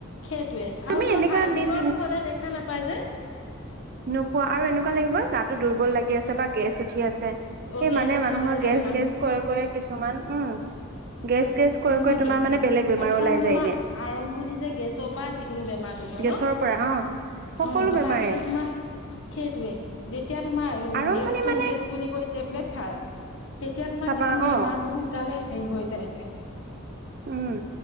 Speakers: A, on the left; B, on the right.
A: সেইটোৱে
B: তুমি
A: আৰু তোমাৰ
B: এনেকুৱা
A: গা
B: নিজ
A: ভিতৰতো হলে দেখা নাপায় যে।
B: নোপোৱা আৰু এনেকুৱা লাগিবই গাটো দুৰ্বল লাগি আছে বা গেছ উঠি আছে।
A: অ
B: সেই
A: গেছ
B: মানে
A: উঠা
B: মানুহৰ
A: বুলি ভাবে
B: গেছ
A: মানুহ
B: গেছ কৰে কৰে কিছুমান, উম। গেছ, গেছ, কৈ,
A: নহয়
B: কৈ তোমাৰ মানে বেলেগ বেমাৰ
A: প্ৰথম
B: ওলাই
A: তোমাৰ
B: যায়গে।
A: আৰম্ভণি যে গেছৰ পৰা যিকোনো বেমাৰটো হয়
B: গেছৰ
A: ন
B: পৰা অ', সকলো
A: অ
B: বেমাৰে।
A: তাৰপিছত তোমাৰ সেইটোৱে, যেতিয়া তোমাৰ
B: আৰম্ভণি
A: গেছটো
B: মানে
A: গেছ বুলি কৈ টেবলেট খাই তেতিয়া তোমাৰ
B: খাবা
A: যিকোনো বেমাৰতো
B: অ
A: সোনকালে হেৰি হৈ যায়গে।
B: উম,